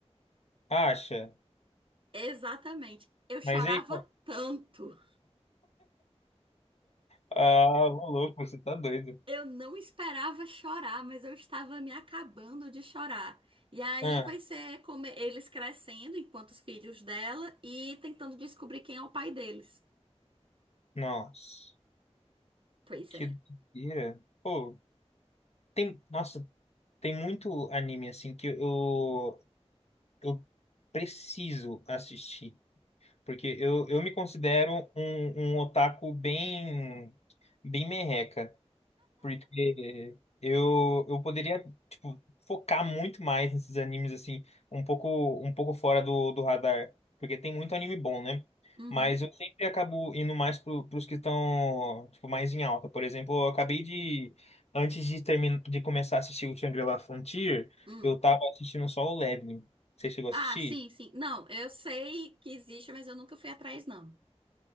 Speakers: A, on the left; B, on the right.
A: Acha?
B: Exatamente. Eu chorava
A: Mas aí.
B: tanto.
A: Ah, ô louco, você tá doido.
B: Eu não esperava chorar, mas eu estava me acabando de chorar. E aí
A: Ah,
B: vai ser como eles crescendo enquanto os filhos dela e tentando descobrir quem é o pai deles.
A: nossa,
B: Pois
A: que
B: é.
A: doideira. Pô, tem, nossa, tem muito anime assim que eu, eu preciso assistir, porque eu, eu me considero um, um otaku bem, bem merreca. Porque eu, eu poderia, tipo, focar muito mais nesses animes, assim, um pouco, um pouco fora do, do radar. Porque tem muito anime bom, né?
B: Uhum.
A: Mas eu sempre acabo indo mais pro, pros que estão, tipo, mais em alta. Por exemplo, eu acabei de, antes de terminar, de começar a assistir o Shangri-La Frontier,
B: Hum.
A: eu tava assistindo só o Leveling. Você chegou a
B: Ah,
A: assistir?
B: sim, sim. Não, eu sei que existe, mas eu nunca fui atrás, não.